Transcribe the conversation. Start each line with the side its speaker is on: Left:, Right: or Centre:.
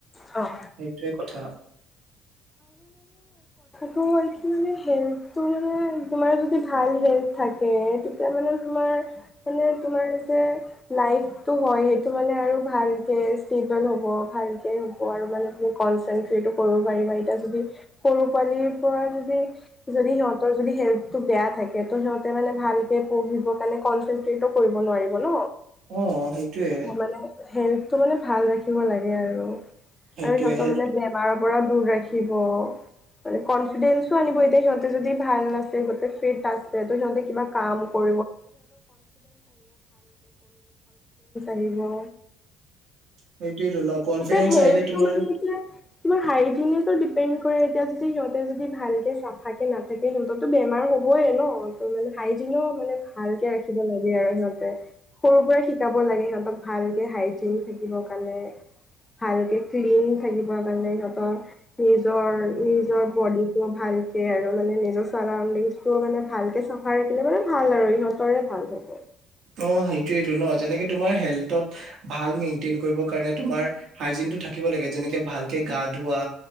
Left: অ',
Right: সেইটোৱে কথা
Left: হয় কি মানে হেল্থটো মানে তোমাৰ যদি ভাল হেল্থ থাকে তেতিয়া মানে তোমাৰ তোমাৰ যে লটো হয় সেইটো মানে আৰু ভালকে স্পিড হ'ব ভালকে হ'ব আৰু মানে তুমি কনচেনট্ৰেটো কৰিব পাৰিবা যদি সৰু পোৱালিৰ পৰা যদি যদি সিহঁতৰ যদি হেল্থটো বেয়া থাকে ত' সিহঁতে মানে ভালকে পঢ়িবৰ কাৰণে কনচেনট্ৰেটো কৰিব নোৱাৰিব ন।
Right: অ সেইটোয়ে
Left: আ মানে হে সিহটো মানে ভাল ৰাখিব লাগে আৰু
Right: সেইটোয়ে
Left: আৰু সিহঁতৰ
Right: হেল্থ
Left: মানে বেমাৰৰ পৰা দূৰ ৰাখিব থখিব মানে কনফিডেসও আনিব সিহঁতে যদি ভাল নাছে সিহঁতে ফিট আছে ত সিহঁতে কিবা কাম কৰ ৰি ভি
Right: <unintelligible> সেইটোয়েতো ন কনফিডেন্স
Left: এতিয়া হেেল্থটো
Right: আহিলে তোমাৰ
Left: মানে এতিয়া িবাৰ হাইনে ডিপেণ্ড কৰে এতিয়া যদি সিহঁতে যদি ভালকে চাফাক কেে নাে তাকে সিহঁতো বেমাৰ হ'বই ন ত মানে হাইজিনো মানে ভালকে ৰাখিব লাগে আৰু সিহঁতে সৰুৰ পৰা শ শিকাব লাগে সিহঁতক ভালকে হাইজিন থাকিবৰ কাৰণে
Right: <unintelligible>
Left: ভালকে ক্লিন থাকিব কাৰণে সিহঁতৰ নিজৰ নিজৰ বডিটোো ভালকে আৰু মানে নিজৰ চাৰাডিংটো মানে ভালকে চাফা ৰাখিলে মানে ভাল আৰু ইহঁতৰে ভাল হ'ব
Right: অ সেইটোয়েইটো ন যেনেকে তোমাৰ হেল <unintelligible> গা ধোৱা